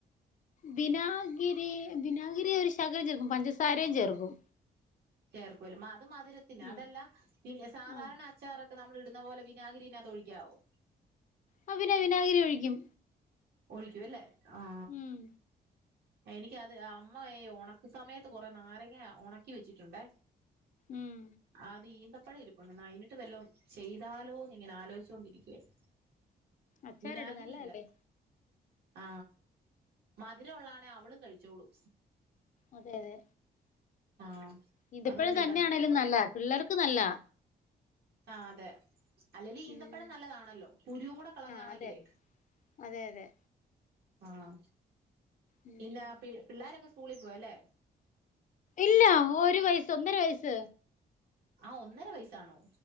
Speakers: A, on the left; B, on the right.
A: ബിനാഗിരി ബിനാഗിരി ഒരു ശകലം ചേർക്കും പഞ്ചസാരയും ചേർക്കും.
B: ചേർക്കുല്ലേ മാ അത് മധുരത്തിന് അതല്ല
A: ഉം
B: പിന്ന സാധാരണ
A: ആഹ്
B: അച്ചാറ്. നമ്മള് ട്ന്ന പോലെ വിനാഗിരി ഇനകത്ത് ഒഴിക്കാവോ
A: ആ പിന്നെ വിനാഗിരി ഒഴിക്കും
B: ഒഴിക്കൂല്ലേ ആ
A: ഉം
B: എനിക്ക് അത് അമ്മയെ ഒണക്ക് സമയത്ത് കൊറെ നാരങ്ങ ഒണക്കി വെച്ചിട്ടുണ്ടേ
A: ഉം
B: അത് ഈന്ത പ്പഴം ഇരിപ്പുണ്ട് അയ്ന്ട്ട് വല്ലോം ചെയ്താലോന്ന് ഇങ്ങനെ ആലോചിച്ചോണ്ടിരിക്കായിര്ന്ന്
A: അച്ചാറിടും
B: വിനാഗിരിയില്ല
A: നല്ലതല്ലേ
B: ആ മധുരം ഉള്ള <unintelligible> അവളും കഴിച്ചോളും
A: അതെ അതെ
B: ആഹ്
A: ഈന്തപ്പഴം
B: അതൊന്ന്
A: തന്നെയാണേലും
B: ഇടണം
A: നല്ലത പിള്ളേർ ക്ക് നല്ലതാ
B: ആഹ് അതെ. അല്ലെല് ഈന്തപ്പഴം
A: ഉം
B: നല്ലതാണല്ലോ കുരുംകൂടെ കളഞ്ഞാതാണെങ്കിലേ
A: ആഹ് അതെ അതെ അതെ
B: ആഹ്
A: ഉം
B: പിന്നാ പി പിള്ളോരൊക്കെ സ്കൂളി പോയല്ലേ
A: ഇല്ല ഒരു വയസ്സ് ഒന്നര വയസ്സ്
B: ആഹ് ഒന്നര വയസാണോ